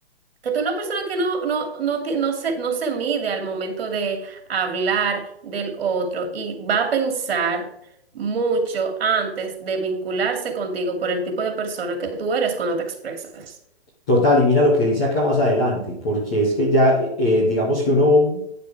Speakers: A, on the right (about 60°); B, in the centre.
A: que tú eres una persona que no, no, no, ti- no se, no se mide al momento de hablar del otro y va a pensar mucho antes de vincularse contigo por el tipo de persona que tú eres cuando te expresas.
B: Total, y mira lo que dice acá más adelante, porque es que ya, eh, eh, digamos que uno